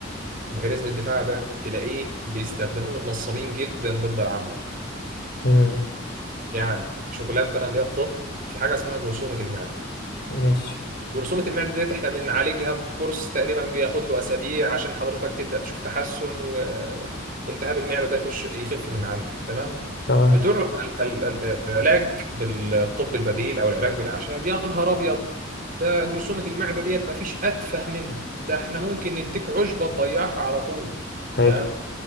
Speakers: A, on the right (about 45°); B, on the left (about 55°).
A: ميكانيزم الدفاع ده تلاقيه بيستخدموه النصابين جدا ضد العامه
B: مم.
A: يعني شغلانه انا اللي هي الطب في حاجه اسمها جرثومه المعده
B: ماشي
A: جرثومه المعده ديت احنا بنعالجها بكورس تقريبا بياخد له اسابيع عشان حضرتك تبدا تشوف تحسن والتهاب المعده ده يخش يخف من عندك تمام
B: تمام
A: بتوع ال- ال- ال- العلاج بالطب البديل او العلاج بالاعشاب يا نهار ابيض ده جرثومه المعده ديت ما فيش اتفه منها ده احنا ممكن نديك عشبه تضيعها على طول
B: حلو
A: تمام